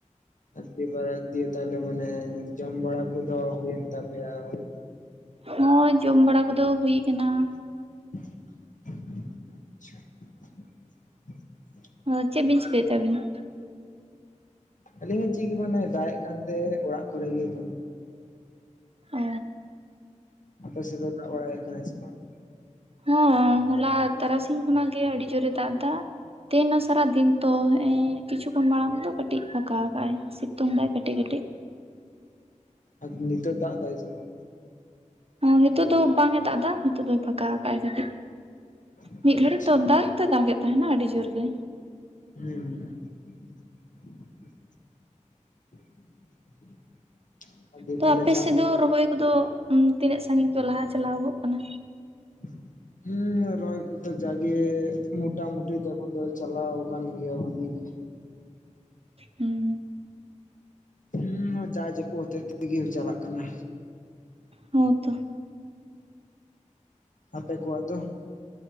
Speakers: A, on the left; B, on the right.
A: ᱫᱮ ᱵᱟᱨᱮ ᱫᱤᱭᱮ ᱛᱟᱦᱞᱮ ᱢᱟᱱᱮ ᱡᱚᱢ ᱵᱟᱲᱟ ᱠᱚᱫᱚ ᱦᱩᱭᱮᱱ ᱛᱟᱯᱮᱭᱟ? ᱛᱟᱯᱮ
B: ᱦᱚᱸᱭ, ᱡᱚᱢ ᱵᱟᱲᱟ ᱠᱚᱫᱚ ᱦᱩᱭ ᱠᱟᱱᱟ᱾
A: <inaudible>
B: ᱚ ᱪᱮᱜ ᱵᱤᱱ ᱪᱤᱠᱟᱹᱭᱮᱛ ᱛᱮ ᱟᱵᱤᱱ ᱫᱚ?
A: ᱟᱹᱞᱤᱧ ᱦᱚᱸ ᱪᱤᱜ ᱜᱮ ᱵᱟᱝ ᱱᱚᱜ-ᱚᱭ ᱫᱟᱜ ᱮᱜ ᱠᱟᱱ ᱛᱟᱦᱮᱸ ᱚᱲᱟᱜ ᱠᱚᱨᱮ ᱜᱮ ᱮᱠᱷᱚᱱ᱾
B: ᱚ᱾
A: ᱟᱯᱮ ᱥᱮᱫ ᱫᱚᱭ ᱫᱟᱜ ᱵᱟᱲᱟᱭᱮᱜ ᱠᱟᱱᱟᱭ ᱥᱮ ᱵᱟᱝ?
B: ᱦᱚᱸ, ᱦᱚᱞᱟ ᱛᱟᱨᱟᱥᱤᱧ ᱠᱷᱚᱱᱟᱜ ᱜᱮ ᱟᱹᱰᱤ ᱡᱳᱨᱮ ᱫᱟᱜ ᱫᱟ ᱛᱮᱦᱮᱱ ᱫᱚ ᱥᱟᱨᱟ ᱫᱤᱱ᱾ ᱛᱚ ᱦᱮᱜ ᱮ ᱠᱤᱪᱷᱩ ᱠᱷᱚᱱ ᱢᱟᱲᱟᱝ ᱫᱚ ᱠᱟᱹᱴᱤᱡ ᱯᱷᱟᱠᱟ ᱠᱟᱜ-ᱟᱭ ᱥᱤᱛᱩᱝ ᱫᱟᱭ ᱠᱟᱹᱴᱤᱡ ᱠᱟᱹᱴᱤᱡ᱾
A: ᱟᱫ ᱱᱤᱛᱚᱜ ᱫᱟ ᱫᱟᱭ ᱥᱮ ᱵᱟᱝ?
B: ᱱᱤᱛᱚᱜ ᱫᱚ ᱵᱟᱝ ᱮ ᱫᱟᱜ ᱫᱟ ᱱᱤᱛᱚᱜ ᱫᱚᱭ ᱯᱷᱟᱠᱟ ᱠᱟᱜ-ᱟᱭ ᱠᱟᱹᱴᱤᱡ᱾
A: ᱟᱪᱪᱷᱟ
B: ᱢᱤᱫ ᱜᱷᱟᱹᱲᱤᱡ ᱛᱚ ᱫᱟᱜ ᱛᱚ ᱫᱟᱜ ᱮᱫ ᱛᱟᱦᱮᱱᱟ ᱟᱹᱰᱤ ᱡᱳᱨ ᱜᱮ᱾
A: ᱦᱩᱸ᱾ <inaudible> ᱫᱤᱭᱮ
B: ᱛᱚ
A: ᱛᱟᱦᱞᱮ
B: ᱟᱯᱮ
A: ᱪᱟᱥᱵᱟᱥ
B: ᱥᱮᱫ ᱫᱚ ᱨᱚᱦᱚᱭ ᱠᱚᱫᱚ ᱛᱤᱱᱟᱹᱜ ᱥᱟᱹᱜᱤᱧ ᱠᱚ ᱞᱟᱦᱟ ᱪᱟᱞᱟᱣ ᱜᱚᱜ ᱠᱟᱱᱟ?
A: <inaudible> ᱦᱩᱸ ᱨᱚᱦᱚᱭ ᱠᱚᱫᱚ ᱡᱟᱜᱮ ᱢᱚᱴᱟ ᱢᱩᱴᱤ ᱛᱚ ᱤᱠᱷᱚᱱ ᱫᱚ ᱪᱟᱞᱟᱣ ᱟᱠᱟᱱ ᱜᱮᱭᱟ ᱵᱷᱟᱜᱤ ᱜᱮ᱾
B: ᱦᱩᱸ᱾
A: ᱦᱩᱸ, ᱡᱟᱜ ᱡᱟᱹᱯᱩᱫ ᱦᱚᱛᱮᱡ ᱛᱮᱜᱮ ᱪᱟᱞᱟᱜ ᱠᱟᱱᱟ᱾
B: ᱦᱚᱸ ᱛᱚ᱾
A: ᱟᱯᱮ ᱠᱚᱣᱟᱜ ᱫᱚ?